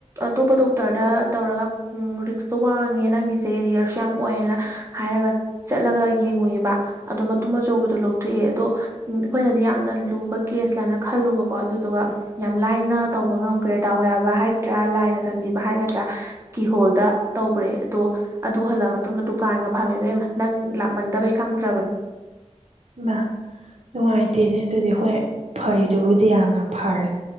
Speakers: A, on the right; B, on the right.
A: ꯑꯇꯣꯞꯄ ꯗꯣꯛꯇꯔ ꯇꯔꯗ ꯇꯧꯔꯒ ꯎꯝ ꯔꯤꯛꯁꯇꯣ ꯋꯥꯡꯑꯦꯅ ꯅꯪꯒꯤꯁꯦ ꯔꯤꯌꯔꯁꯨ ꯌꯥꯝ ꯑꯣꯢꯑꯦꯅ ꯍꯥꯢꯔꯒ ꯆꯠ ꯆꯠꯂꯒ ꯌꯦꯡꯉꯨꯏꯕꯥ ꯑꯗꯣ ꯃꯇꯨꯝ ꯑꯆꯧꯕꯗꯣ ꯂꯧꯊꯣꯛꯑꯦ ꯑꯗꯣ ꯑꯩꯈꯣꯏꯅꯗꯤ ꯌꯥꯝꯅ ꯂꯨꯕ ꯀꯦꯁ ꯂꯥꯏꯅ ꯈꯜꯂꯨꯕꯀꯣ ꯑꯗꯨꯗꯨꯒ ꯌꯥꯝ ꯂꯥꯏꯅ ꯇꯧꯕ ꯉꯝꯈ꯭ꯔꯦ ꯗꯥꯎ ꯌꯥꯕ ꯍꯥꯏꯒꯗ꯭ꯔꯥ ꯂꯥꯏꯅ ꯆꯟꯕꯤꯕ ꯍꯥꯏꯒꯗ꯭ꯔꯥ ꯀꯤꯍꯣꯜꯗ ꯇꯧꯈ꯭ꯔꯦ ꯑꯗꯣ ꯑꯗꯨ ꯍꯜꯂꯛ ꯃꯇꯨꯡꯗ ꯗꯨꯀꯥꯟꯒ ꯐꯝꯃꯦ ꯏꯕꯦꯝꯃ ꯅꯪ ꯂꯥꯛꯃꯟꯗꯕꯩ ꯈꯪꯗ꯭ꯔꯕꯅꯦ
B: ꯍꯩꯃ ꯅꯨꯡꯉꯥꯏꯇꯦꯅꯦ ꯑꯗꯨꯗꯤ ꯍꯣꯏ ꯐꯔꯤꯗꯨꯕꯨꯗꯤ ꯌꯥꯝꯅ ꯐꯔꯦ